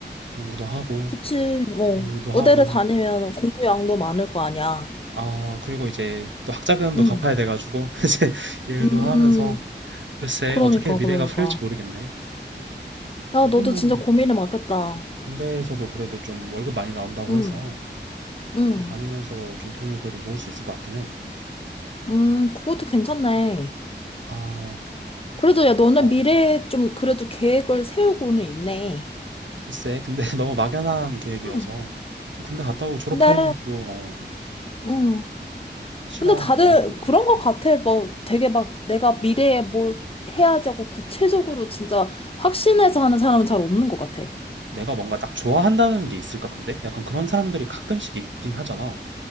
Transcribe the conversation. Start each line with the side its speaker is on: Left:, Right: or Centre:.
Right: 공부도 하고
Left: 그치. 뭐,
Right: 일도
Left: 의대를
Right: 하고
Left: 다니면 공부량도 많을 거 아니야.
Right: 아, 그리고 이제 또 학자금도
Left: 음,
Right: 갚아야 돼가지고, <laughs> 이제 일도
Left: 음.
Right: 하면서, 글쎄,
Left: 그러니까,
Right: 어떻게 미래가
Left: 그러니까.
Right: 풀릴지 모르겠네.
Left: 야,
Right: 요즘은
Left: 너도 진짜 고민이 많겠다.
Right: 군대에서도 그래도 좀 월급 많이 나온다고
Left: 음.
Right: 해서,
Left: 음,
Right: 군대 다니면서 좀 돈을 그래도 모을 수 있을 것 같긴 해.
Left: 음, 그것도 괜찮네.
Right: 아,
Left: 그래도 야, 너는
Right: 어,
Left: 미래에 좀 그래도 계획을 세우고는 있네.
Right: 글쎄, 근데 <laughs> 너무 막연한 계획이어서,
Left: 음.
Right: 또 군대 갔다 오고 졸업하려면
Left: 근데,
Right: 또, 어,
Left: 음,
Right: 시간이
Left: 근데 다들
Right: 많이 걸리거든.
Left: 그런 것
Right: 음.
Left: 같아. 뭐 되게 막 내가 미래에 뭘 해야지 하고 구체적으로 진짜 확신해서 하는 사람은 잘 없는 것 같아.
Right: 내가 뭔가 딱 좋아한다는 게 있을까, 근데? 약간 그런 사람들이 가끔씩 있긴 하잖아.